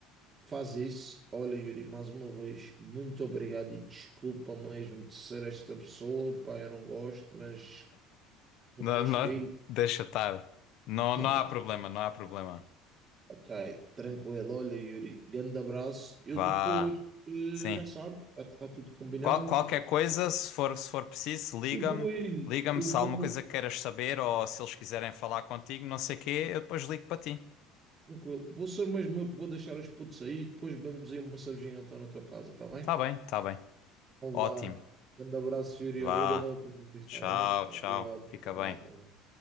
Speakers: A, on the right; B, on the left.
A: Faz isso. Olha, Yuri, mais uma vez, muito obrigado e desculpa mesmo de ser esta pessoa. Pá, eu não gosto, mas os
B: Não,
A: meus
B: não,
A: filhos.
B: deixa estar. Não, não
A: Ah,
B: há problema, não há problema.
A: ok, tranquilo. Olha, Yuri, grande abraço. Eu
B: Vá.
A: depois, eh,
B: Sim.
A: já sabe, já está tudo combinado.
B: Qual- qualquer
A: Depois
B: coisa, se for, se for preciso, liga-me.
A: Eu vou aí,
B: Liga-me
A: eu
B: se
A: vou.
B: há alguma coisa que queiras saber ou se eles quiserem falar contigo, não sei o quê, eu depois ligo para ti.
A: Tranquilo. Vou ser mesmo eu que vou deixar os putos aí. Depois vamos aí uma cervejinha então na tua casa, tá bem?
B: Tá bem, tá bem.
A: Olá.
B: Ótimo.
A: Grande abraço, Yuri.
B: Vá.
A: Obrigadão a todos,
B: Tchau,
A: tá bem? Obrigado.
B: tchau. Fica
A: Obrigado.
B: bem.